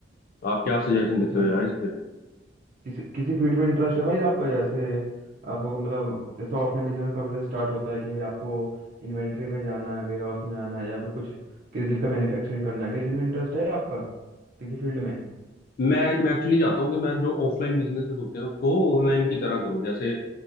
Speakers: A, on the left; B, on the right.
A: आप क्या सजेशन
B: अच्छा
A: देते हो
B: कि,
A: यार इस पे
B: किसी किसी फील्ड में इंटरेस्ट है भाई आपका जैसे आपको मतलब जैसे ऑफलाइन बिजनेस काफी सारे स्टार्ट होता है कि भाई आपको इन्वेंट्री में जाना है वेयर हाउस में जाना है या फिर कुछ किसी चीज़ का मैन्युफैक्चरिंग करना है किस चीज़ में इंटरेस्ट है आपका किसी फील्ड में
A: मैं मैं एक्चुअली चाहता हूँ कि मैं जो ऑफलाइन बिजनेसेस होते हैं उसको ऑनलाइन की तरह करूँ जैसे